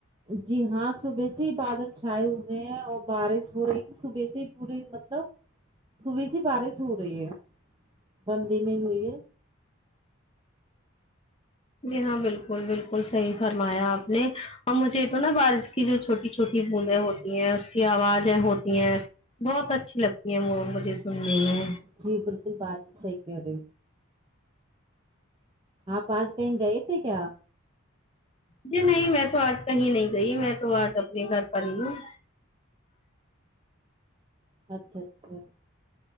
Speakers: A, on the right; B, on the left.
A: جی ہاں صبح سے ہی بادل چھائے ہوئے ہیں اور بارش ہو رہی تھی صبح سے پوری مطلب صبح سے بارش ہو رہی ہے بند ہی نہیں ہوئی ہے
B: جی ہاں بالکل بالکل صحیح فرمایا آپ نے اور مجھے تو نا بارش کی جو چھوٹی چھوٹی بوندیں ہوتی ہیں اس کی آوازیں ہوتی ہیں بہت اچھی لگتی ہیں وہ مجھے سننے میں
A: جی بالکل بات صحیح کہہ رہی آپ آج کہیں گئے تھے کیا
B: جی نہیں میں تو آج کہیں نہیں گئی میں تو آج اپنے گھر پر ہی ہوں
A: اچھا اچھا